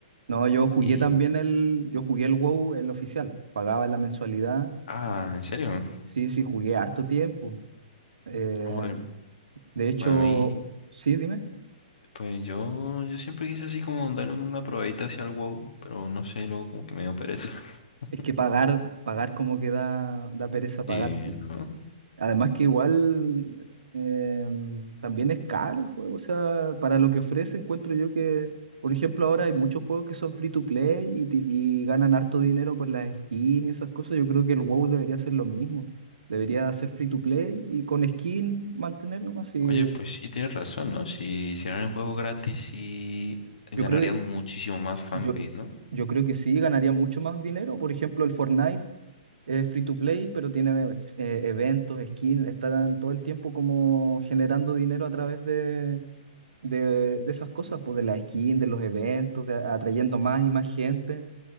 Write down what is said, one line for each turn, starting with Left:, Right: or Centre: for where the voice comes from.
Right: No, yo jugué
Left: Y,
Right: también el, yo jugué el WoW, el oficial, pagaba la mensualidad.
Left: ah, ¿en serio?
Right: Sí, sí, jugué harto tiempo. Eh,
Left: Joder,
Right: de hecho,
Left: pues a mí,
Right: sí, dime
Left: pues yo, yo siempre quise así como darle una probadita hacia el WoW, pero no sé, luego como que me dio pereza. <laughs>
Right: Es que pagar, pagar como que da, da pereza pagar.
Left: Y,
Right: po.
Left: ¿no?
Right: Además que igual eh, también es caro el juego. O sea, para lo que ofrece encuentro yo que, por ejemplo, ahora hay muchos juegos que son free to play y, ti- y ganan harto dinero con las skins y esas cosas. Yo creo que el WoW debería ser lo mismo. Debería ser free to play y con skin mantener nomás. Y
Left: Oye, pues sí, tienes razón, ¿no? Si hicieran el juego gratis, sí ganarían
Right: yo creo que,
Left: muchísimo más fanbase,
Right: yo,
Left: ¿no?
Right: yo creo que sí ganaría mucho más dinero. Por ejemplo, el Fortnite. Es free to play, pero tiene eh, eventos, skins, están todo el tiempo como generando dinero a través de, de, de esas cosas, pues de las skins, de los eventos, de, a- atrayendo más y más gente.